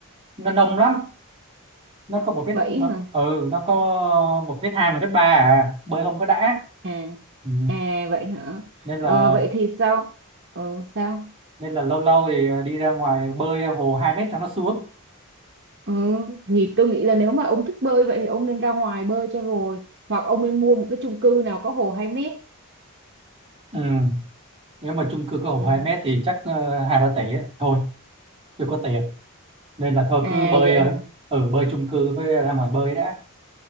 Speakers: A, on the right; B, on the right.
A: nó nông lắm nó có một mét
B: vậy
A: mà-
B: hả
A: ừ nó có một mét hai một mét ba à bơi không có đã
B: à
A: ừ.
B: à vậy hả
A: nên là
B: Ờ, vậy thì sao ừ, sao
A: nên là lâu lâu thì à, đi ra ngoài bơi hồ 2 mét cho nó xuống
B: ừ, thì tôi nghĩ là nếu mà ông thích bơi vậy thì ông nên ra ngoài bơi cho rồi hoặc ông nên mua một cái chung cư nào có hồ 2 mét
A: ừ. nếu mà chung cư có hồ
B: ừ.
A: 2 mét thì chắc ờ, hai ba tỷ ấy. thôi chưa có tiền nên là thôi
B: à
A: cứ bơi
B: vậy
A: ờ,
B: hả
A: ở bơi chung cư với ra ngoài bơi đã